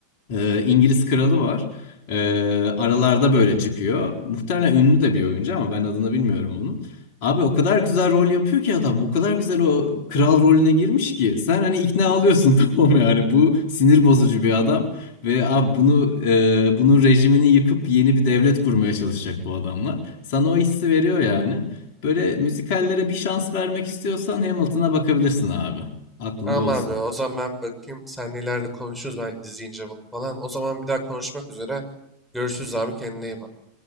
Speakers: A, on the left; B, in the centre.
A: ee, İngiliz kralı var. Ee, aralarda böyle çıkıyor. Muhtemelen ünlü de bir oyuncu ama ben adını bilmiyorum onun. Abi o kadar güzel rol yapıyor ki adam. O kadar güzel o kral rolüne girmiş ki. Sen hani ikna oluyorsun <laughs> tamam mı? yani. Bu sinir bozucu bir adam. Ve abi bunu e, bunun rejimini yıkıp yeni bir devlet kurmaya çalışacak bu adamlar. Sana o hissi veriyor yani. Böyle müzikallere bir şans vermek istiyorsan Hamilton'a bakabilirsin abi. Aklında
B: Tamam
A: olsun.
B: abi o zaman ben bakayım. Seninle ileride konuşuruz ben izleyince bunu falan. O zaman bir daha konuşmak üzere. Görüşürüz abi kendine iyi bak.